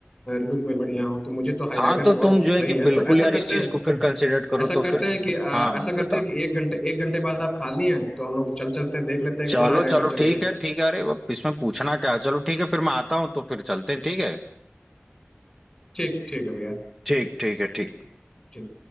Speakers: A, on the left; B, in the centre.
A: लुक में बढ़िया हो तो मुझे तो हाई
B: हाँ
A: राइडर
B: तो
A: बहुत
B: तुम जो
A: सही
B: है कि
A: है
B: बिल्कुल
A: तो ऐसा
B: यार
A: करते
B: इस चीज
A: हैं
B: को फिर कंसिडर करो
A: ऐसा
B: तो
A: करते
B: फिर
A: हैं कि अ,
B: हाँ हाँ
A: ऐसा करते
B: बताओ
A: हैं कि एक घंटे एक घंटे बाद आप खाली हैं तो हम लोग चल चलते हैं देख लेते हैं एक
B: चलो
A: बार हाई राइडर
B: चलो
A: चल
B: ठीक
A: के
B: है ठीक है अरे अब इसमें पूछना क्या है? चलो ठीक है फिर मैं आता हूँ तो फिर चलते हैं ठीक है
A: ठीक ठीक है भैया
B: ठीक ठीक है ठीक
A: ठीक